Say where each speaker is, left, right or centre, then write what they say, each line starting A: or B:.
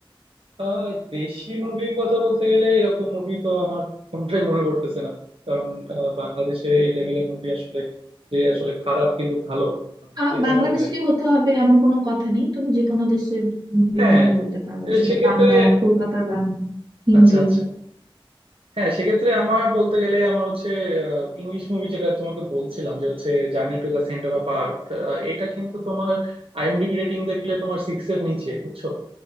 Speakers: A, on the right; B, on the right.
A: আহ দেশি মুভির কথা বলতে গেলে এরকম মুভি তো আমার কোনটাই মনে পড়তেছে না কারণ আহ, বাংলাদেশে এই লেভেলের মুভি আসলে যে আসলে খারাপ কিন্তু ভালো মানে
B: আর
A: এ টাইপের
B: বাংলাদেশেরই
A: নাই
B: হতে হবে এমন কোনো কথা নেই তুমি যে কোনো দেশের মুভির
A: হ্যাঁ
B: নামই বলতে পারো
A: এ
B: সেটা
A: সেক্ষেত্রে
B: বাংলা কলকাতার বাংলা হিন্দি
A: আচ্ছা আচ্ছা হ্যাঁ সেক্ষেত্রে আমার বলতে গেলে আমার হচ্ছে ইংলিশ মুভি যেটা তোমাকে বলছিলাম যে হচ্ছে journey to the centre of earth এটা কিন্তু তোমার আইএমডিবি রেটিং দেখলে তোমার সিক্স এর নিচে বুঝছো